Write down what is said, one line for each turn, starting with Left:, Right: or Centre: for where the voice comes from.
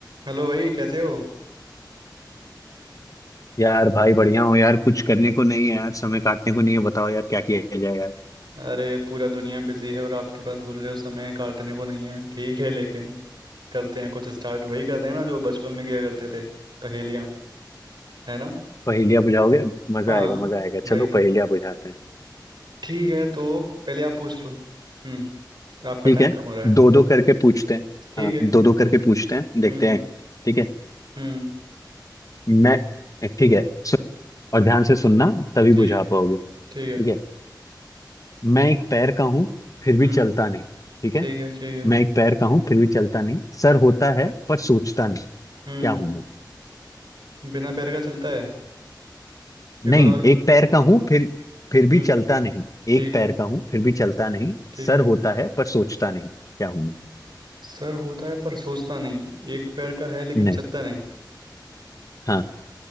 Right: Hello भाई कैसे हो
Left: यार भाई बढ़िया हो यार कुछ करने को नहीं है यार समय काटने को नहीं है बताओ यार क्या किया जाए यार
Right: अरे पूरा दुनिया बिजी है और आपके पास बोल रहे हो समय काटने को नहीं है ठीक है लेकिन करते हैं कुछ स्टार्ट वही करते हैं ना जो बचपन में किया करते थे पहेलियाँ है ना
Left: पहेलियां बुझाओगे मजा
Right: हाँ
Left: आएगा मजा आएगा
Right: वही
Left: चलो
Right: तो
Left: पहेलियां बुझाते हैं
Right: ठीक है तो पहले आप पूछ लो हम्म आपका
Left: ठीक
Right: टाइम
Left: है
Right: कम हो रहा है
Left: दो दो करके पूछते हैं
Right: ठीक
Left: हाँ
Right: है
Left: दो दो करके पूछते हैं देखते
Right: हम्म
Left: हैं ठीक है
Right: हम्म
Left: मैं ठीक है सु- और ध्यान से सुनना तभी
Right: ठीक
Left: बुझा
Right: है
Left: पाओगे
Right: ठीक
Left: ठीक
Right: है
Left: है मैं एक पैर का हूँ फिर भी
Right: हम्म
Left: चलता नहीं ठीक
Right: ठीक
Left: है
Right: है ठीक है
Left: मैं एक पैर का हूँ फिर भी चलता नहीं सर होता है पर सोचता नहीं
Right: हम्म
Left: क्या हूं मैं
Right: बिना पैर का चलता है एक
Left: नहीं
Right: और बार
Left: एक पैर का हूं फिर फिर
Right: हम्म
Left: भी चलता नहीं
Right: ठीक
Left: एक पैर
Right: है
Left: का हूं फिर भी चलता नहीं
Right: ठीक
Left: सर
Right: है
Left: होता है पर सोचता नहीं क्या हूं मैं
Right: सर होता है पर सोचता नहीं एक पैर का है लेकिन
Left: नहीं
Right: चलता नहीं
Left: हाँ